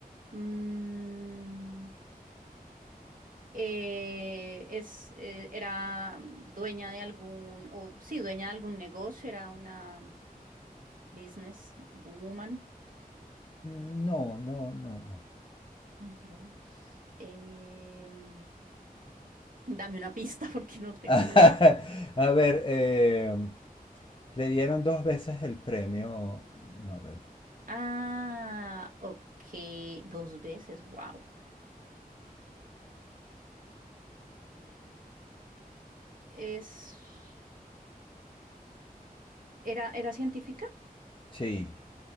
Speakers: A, on the right; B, on the left.
A: Mm, eh, es, eh, era dueña de algún, o sí, dueña de algún negocio, era una... Business Woman.
B: No, no, no, no.
A: Ay, Dios. Em, dame una pista <laughs> porque no tengo
B: <laughs>
A: idea.
B: A ver, eh, le dieron dos veces el premio Nobel.
A: Ah, ok. Dos veces, wow. es, era, era científica,
B: Sí,